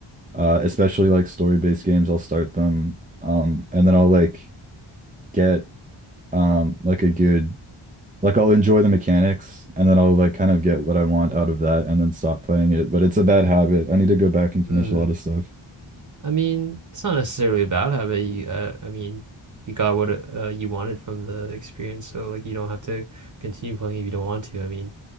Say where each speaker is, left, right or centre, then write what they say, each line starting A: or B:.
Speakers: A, on the right; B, on the right.
A: uh especially like story-based games. I'll start them um and then I'll like get um like a good like I'll enjoy the mechanics and then I'll like kind of get what I want out of that and then stop playing it. But it's a bad habit. I need to go back and
B: Mm,
A: finish a lot of stuff.
B: I mean, it's not necessarily a bad habit. You, uh, I mean, you got what uh, you wanted from the experience, so like you don't have to continue playing if you don't want to. I mean,